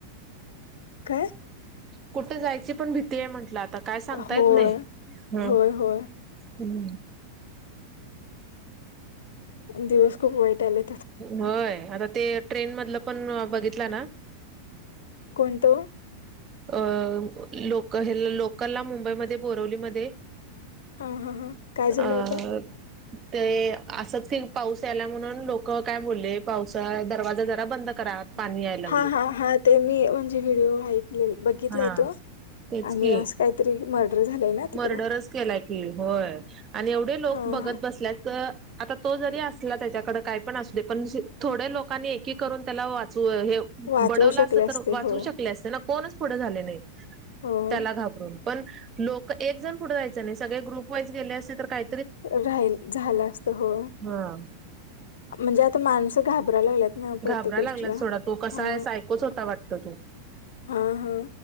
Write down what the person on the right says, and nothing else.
कुठे जायची पण भीती आहे म्हंटलं आता काय सांगता
येत नाही ह
हम्म
होय आता ते ट्रेन मधलं पण बघितला ना
अ लोक लोकलला मुंबईमध्ये बोरवलीमध्ये
अ
ते असंच ते पाऊस यायला म्हणून लोक काय बोलले पावसा दरवाजा जरा बंद करा पाणी यायला
लागले
हा
तेच
की
मर्डरच केलाय की होय आणि एवढे लोक
बघत
बसल्यात आता तो जरी असला त्याच्याकडे काय पण अस दे पण थोड्या लोकांनी एकी करून त्याला वाचव हे
बडवला
अस
तर वाचवू
शकले असते ना कोण झा नाही
त्या घा पण लोक एक जण पुढे जायचं नाही सगळे ग्रुप वाईज गेले असते तर काय
हा
घाबरा
लागला थोडा तो कसा
आहे ऐकोच होता वाटत तो